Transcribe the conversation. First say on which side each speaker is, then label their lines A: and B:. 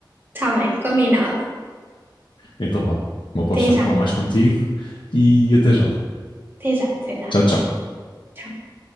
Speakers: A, on the right; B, on the left.
A: Tá bem, combinado.
B: Então vá, não posso
A: Até
B: já
A: já,
B: falar mais contigo e até já.
A: até já, até já.
B: Tchau, tchau.
A: Tchau.